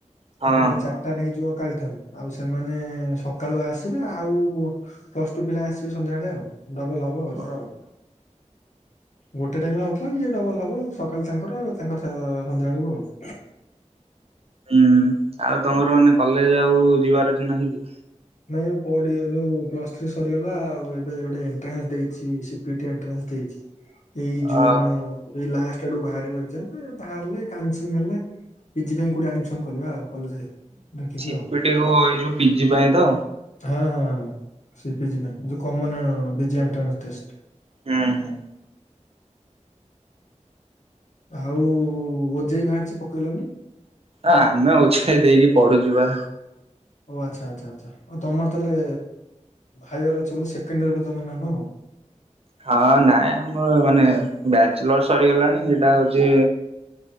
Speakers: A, on the right; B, on the left.
A: ହଁ
B: ତାଙ୍କର ଏକା ଚାରିଟାରେ ହେଇଯିବ କାଲି ଠାରୁ। ଆଉ ସେମାନେ ସକାଳୁଆ ଆସିବେ। ଆଉ ପ୍ଲସ ଟୁ ପିଲା ଆସିବେ ସନ୍ଧ୍ୟାବେଳେ ଆଉ। ଡବଲ ହବ ଆଉ ଏଥର
A: ହଁ
B: ଆଉ। ଗୋଟେ ଟାଇମରେ ହଉଥିଲା। ଇଏ ଡବଲ ହବ ସକାଳେ ତାଙ୍କର ତାଙ୍କର ସନ୍ଧ୍ୟା ବେଳକୁ ଆଉ। <inaudible>
A: ହୁଁ ଆଉ ତମର ମାନେ କଲେଜ ଆଉ ଯିବାର ଆଜି ନାହିଁ କି?
B: ନାଇଁ। କୋଡ଼ିଏରୁ ପ୍ଲସ ଥ୍ରି ସରିଗଲା, ଆଉ ଏବେ ଗୋଟେ ଏନଟ୍ରାନ୍ସ ଦେଇଛି ସି ପି ଟି ଏନଟ୍ରାନ୍ସ ଦେଇଛି। ଏଇ ଜୁନ
A: ଅ
B: ଏଇ ଲାଷ୍ଟ ଆଡ଼କୁ ଭାରିବ ଏକଜାମ୍ ରେ ଭାରିଲେ କାଉନସିଲଙ୍ଗ ହେଲେ ପିଜି ପାଇଁ କୋଉଠି ଆଡମିସନ କରିବା ଆଉ କଲେଜ ଦେଖିକି
A: ସି
B: ଆଉ
A: ପି ଟି କୁ ଏଇ ଯୋଉ ପିଜି ପାଇଁ ତ।
B: ହଁ ହଁ ସିପିଜି ପାଇଁ ଯୋଉ କମନ ବିଜି ଏଣ୍ଟଟ୍ରାସ୍ ଟେଷ୍ଟ।
A: ହୁଁ ହୁଁ।
B: ଆଉ ଓ ଜେ ଇ ଭାରିଚି ପକେଇଲନି?
A: ଆମେ ଓ ଜେ ଇ ଦେଇକି ପଢୁଛୁ ବା।
B: ଓ ଆଚ୍ଛା ଆଚ୍ଛା ଆଚ୍ଛା, ଆଉ ତମର ତାହେଲେ ହାୟର ଅଛି ବୋଲି ସେକେଣ୍ଡ ଇୟର ବୋଧେ ତମର ନା କଣ ଆଉ।
A: ହଁ ନାଇଁ ଆମର ମାନେ ବ୍ୟାଚଲର୍ ସରିଗଲାଣି ଏଇଟା ହଉଛି